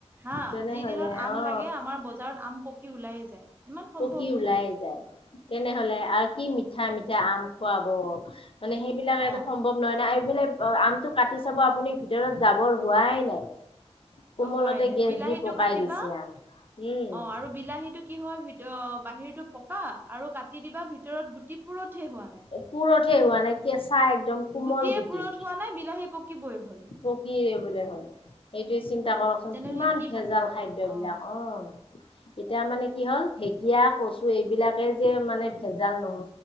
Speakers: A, on the right; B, on the left.
A: হা
B: তেনেহলে
A: যি দিনত আম
B: অ
A: লাগে আমাৰ বজাৰত আম পকি ওলাই যায়। ইমান সম্ভৱ
B: পকি ওলাই
A: নে?
B: যায় তেনেহ'লে আৰু কি মিঠাই মিঠাই আম খুৱাব মানে সেইবিলাক এইটো
A: অ
B: সম্ভৱ নহয় ন' এইফালে আমটো কাটি চাব আপুনি ভিতৰত যাবৰ হোৱাই <unintelligible> কোমলতে
A: অ', হোৱাই নাই
B: গেছ
A: বিলাহীটো
B: দি পকাই
A: কাটিবা
B: দিছে আম উম
A: অ', আৰু বিলাহীটো কি হয় ভিত বাহিৰতটো পকা আৰু কাটি দিবা ভিতৰত গুটি পুৰতহে হোৱা নাই
B: পুৰতহে হোৱা নাই কেঁচা একদম কোমল
A: গুটিয়ে
B: গুটি
A: পুৰঠ হোৱা নাই বিলাহী পকিবই হ'ল
B: পকয়ে বোলে হ'ল এইটো চিন্তা কৰকচোন
A: তেনেহলে
B: কিমান
A: কি
B: ভেজাল
A: ভাবিবা
B: খাদ্যবিলাক
A: বাৰু অ
B: অ', এতিয়া মানে কি হ'ল ঢেকীয়া, কচু এইবিলাকে যে মানে ভেজাল নহ'ল